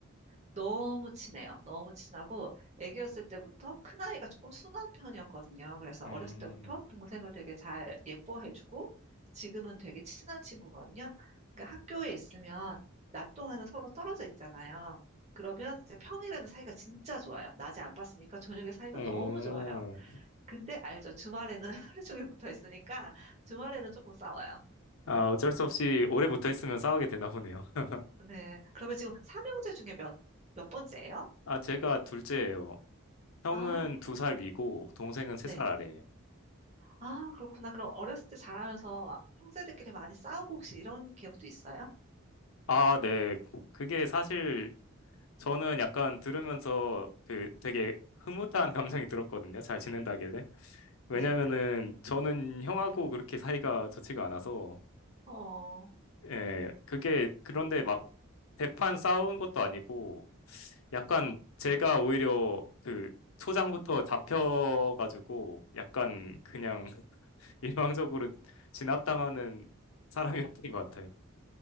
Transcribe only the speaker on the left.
음,
오.
아, 어쩔 수 없이 오래 붙어 있으면 싸우게 되나 보네요. <laughs>
아, 제가 둘째예요. 형은
두 살 위고, 동생은 세
살 아래예요.
아, 네. 그게 사실 저는 약간 들으면서 그 되게 흐뭇한 <laughs> 감정이 들었거든요. 잘 지낸다길래. 왜냐면은
저는 형하고 그렇게 사이가 좋지가 않아서
예, 그게 그런데 막 대판 싸운 것도 아니고 약간 제가 오히려 그 초장부터 잡혀가지고 약간 그냥 <laughs> 일방적으로 진압당하는 사람이었던 것 같아요.